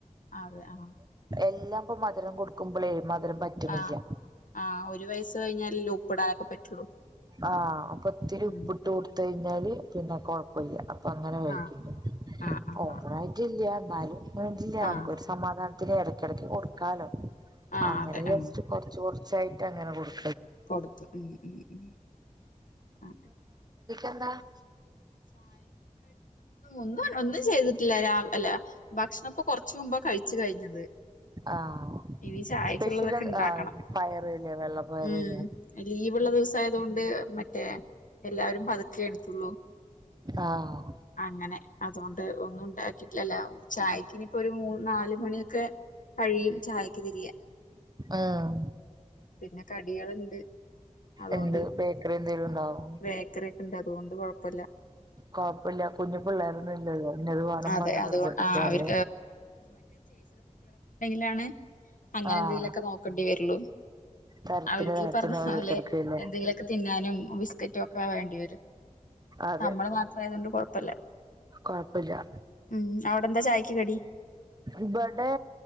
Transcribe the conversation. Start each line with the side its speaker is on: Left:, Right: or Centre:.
Left: അതെ ആഹ്
Right: എല്ലാം ഇപ്പ മധുരം കൊടുക്കുമ്പോ എഴ മധുരം പറ്റുണില്ല
Left: ആഹ് ആഹ് ഒരു വയസ്സ് കഴിഞ്ഞാലല്ലേ ഉപ്പിടാനൊക്കെ പറ്റുള്ളൂ
Right: ആഹ ഒത്തിരി
Left: ഉം
Right: ഉപ്പിട്ട് കൊട് തേഞ്ഞാല് പിന്നെ കുഴപ്പമില്ല അപ്പ അങ്ങനെ കഴിക്കണ്ട്
Left: ആഹ് ആഹ് ആഹ്
Right: ഓപ്പൺ
Left: ആഹ്
Right: ആയിട്ടില്ല ബാല <unintelligible> വില്ല
Left: ആഹ്
Right: നമുക്ക് ഒരു സമാധാനം ഇന് ഇടയ്ക്കിടക്ക് കൊടുക്കാലോ
Left: ആഹ്
Right: അങ്ങനെ
Left: അതെ
Right: ജസ്റ്റ്
Left: ഉം
Right: കുറച്ച് കുറച്ച് കുറച്ചായിട്ടു അങ്ങനെ കൊടും
Left: കൊടുത്തു ഉം ഉ- ഉ ആ
Right: എന്താ <unintelligible>
Left: ഒന്നും ഒന്നും ചെയ്തിട്ടില്ല അല്ല ഭക്ഷണ ഇപ്പൊ കൊറച്ച് മുമ്പ് കഴിച്ചു കഴിഞ്ഞത്
Right: ആഹ്
Left: ഇനി ചായക്കുള്ളതൊക്കെ
Right: സ്പെഷ്യൽ
Left: ഉണ്ടാക്കണം
Right: ആഹ് പയറില്ലേ വെള്ളപ്പയറില്ലേ
Left: ഉം ലീവുള്ള ദിവസയതുകൊണ്ട് മറ്റേ എല്ലാവരും പതുക്കുക എടുത്തുള്ളൂ
Right: ആഹ്
Left: അങ്ങനെ അതുകൊണ്ട് ഒന്നും ആക്കിട്ടില്ലല്ലോ ചായക്കിനിയിപ്പോ ഒരു മൂന്ന് നാലുമണിയൊക്കെ കഴിയും ചായക്ക് തിരിയാൻ
Right: ആഹ
Left: പിന്നെ കടികള്ണ്ട് അതുകൊണ്ട്
Right: എന്ത് ബേക്കറി എന്തെലും ഉണ്ടാവും
Left: ബേക്കറി ഒക്കെ ഉണ്ട് അതുകൊണ്ട് കുഴപ്പല്ല
Right: കൊഴപ്പില്ല കുഞ്ഞു പിള്ളാർത് ഇന്നത് വേണം
Left: അതെ
Right: പറഞ്
Left: അതുകൊ
Right: നിർബന്ധിക്കാല്ലേ
Left: ആ അവര് ലാണ് അങ്ങനെ
Right: ആഹ്
Left: എന്തെങ്കിലുക്കെ നോക്കേണ്ടി വരുള്ളൂ
Right: തരത്തിന്
Left: അവർക്ക്
Right: തരത്തിന്
Left: ഈ പറഞ്
Right: ഓരോരുത്തർക്കും
Left: പോലെ
Right: ഇല്ലേ
Left: എന്തെങ്കിലുക്കെ തിന്നാനും ബിസ്ക്കറ്റോ ഒക്ക വേണ്ടി
Right: അതെ
Left: നമ്മള് മാത്ര ആയതൊണ്ട് കൊഴപ്പല്ല
Right: കൊഴപ്പില്ല
Left: മം അവിടെന്താ ചായക്ക് കടി
Right: ഇവിടെ